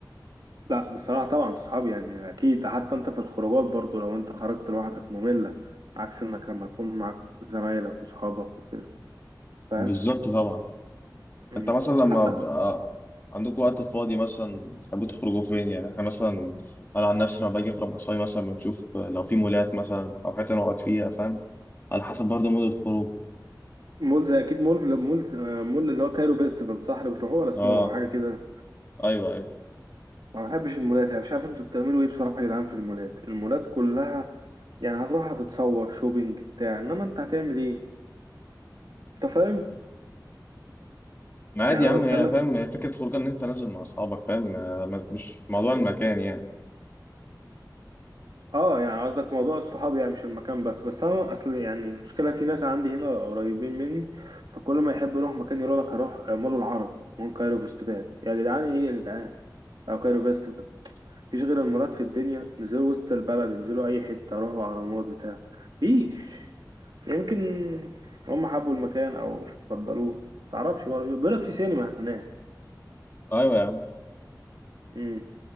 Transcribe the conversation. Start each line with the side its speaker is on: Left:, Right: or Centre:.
Right: لا بصراحة طبعا الصحاب يعني أكيد حتى أنت في الخروجات برضو لو أنت خرجت لوحدك مملة عكس إنك لما تكون معاك زمايلك وصحابك وكده فاهم
Left: بالظبط طبعا
Right: مم.
Left: انت مثلا لما
Right: حتى
Left: بيبقى عندكم وقت فاضي مثلا تحبوا تخرجوا فين يعني احنا مثلا انا عن نفسي لما باجي اخرج مع اصحابي مثلا بنشوف لو في مولات مثلا او حته نقعد فيها فاهم على حسب برضه مود الخروج
Right: مول زي أكيد مول مول آه، مول اللي هو كايرو فيستيفال صح اللي بتروحوه ولا اسمه
Left: اه
Right: حاجة كده
Left: ايوه ايوه
Right: ما بحبش المولات يعني مش عارف أنتوا بتعملوا إيه بصراحة يا جدعان في المولات المولات كلها يعني هتروح هتتصور شوبينج بتاع إنما أنت هتعمل إيه أنت فاهم
Left: ما عادي
Right: يعني
Left: يا
Right: أنا
Left: عم
Right: بتكلم
Left: هي فاهم هي فكره خروج ان انت نازل مع اصحابك فاهم آه، ما- مش موضوع المكان يعني
Right: اه يعني قصدك موضوع الصحاب يعني مش المكان بس بس انا اصل يعني المشكله في ناس عندي هنا قريبين مني فكل ما يحب يروح مكان يقول لك هروح مول العرب مول كايرو فيستيفال يا جدعان ايه يا جدعان او كايرو فيستيفال مفيش غير المولات في الدنيا انزلوا وسط البلد انزلوا اي حته روحوا اهرامات بتاع مفيش يمكن هم حبوا المكان او فضلوه متعرفش برضه بيقول لك في سينما هناك
Left: ايوه يا عم
Right: امم